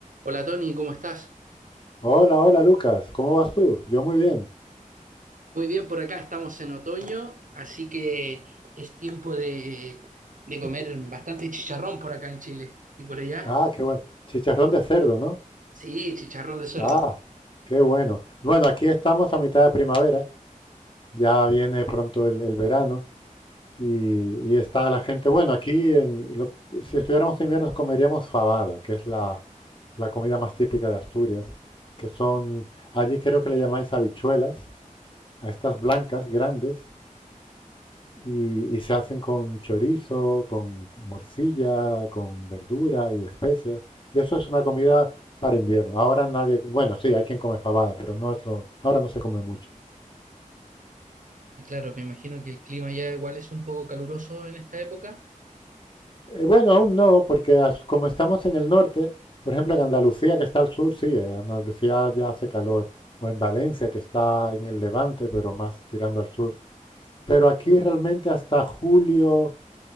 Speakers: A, on the right; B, on the left.
A: Hola Tony, ¿cómo estás?
B: Hola, hola Lucas, ¿cómo vas tú? Yo muy bien.
A: Muy bien, por acá estamos en otoño, así que es tiempo de, de comer bastante chicharrón por acá en Chile. ¿Y por allá?
B: Ah, qué bueno. Chicharrón de cerdo, ¿no?
A: Sí, chicharrón de cerdo.
B: Ah, qué bueno. Bueno, aquí estamos a mitad de primavera, ya viene pronto el, el verano y, y está la gente. Bueno, aquí en lo- si estuviéramos en invierno comeríamos fabada, que es la, la comida más típica de Asturias, que son, allí creo que le llamáis habichuelas, a estas blancas grandes. Y, y se hacen con chorizo, con morcilla, con verdura y especias. Y eso es una comida para invierno. Ahora nadie, bueno, sí, hay quien come fabada, pero no es lo, ahora no se come mucho.
A: Claro, me imagino que el clima ya igual es un poco caluroso en esta época.
B: Eh, bueno, aún no, porque as- como estamos en el norte, por ejemplo, en Andalucía, que está al sur, sí, en Andalucía ya hace calor, o en Valencia, que está en el levante, pero más tirando al sur. Pero aquí realmente hasta julio,